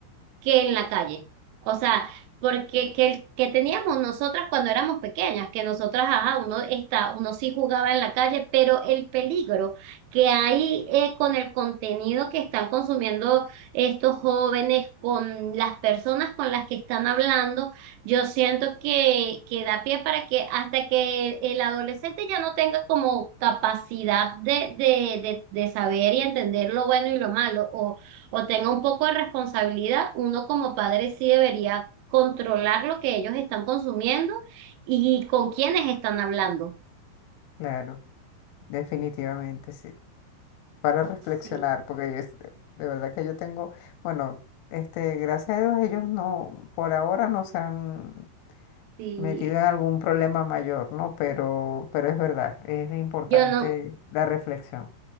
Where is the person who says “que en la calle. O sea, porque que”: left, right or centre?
Right